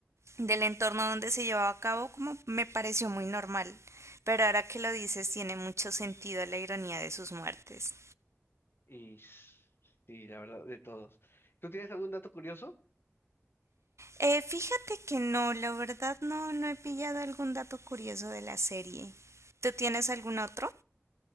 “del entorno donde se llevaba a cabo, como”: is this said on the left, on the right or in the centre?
Right